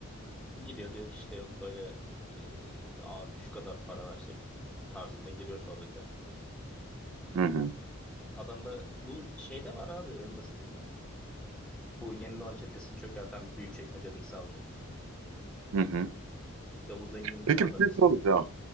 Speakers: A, in the centre; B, on the right (about 70°).
A: gidiyor diyor ki işte yok böyle e, abi şu kadar para versek tarzında giriyor sohbete
B: hı hı,
A: adam da bu şeyde var abi en basitinden bu Yeni Doğan çetesini çökerten Büyükçekmece'deki savcı
B: hı hı.
A: Yavuz Engin
B: Peki
A: adam
B: bir şey
A: ismi.
B: soracağım.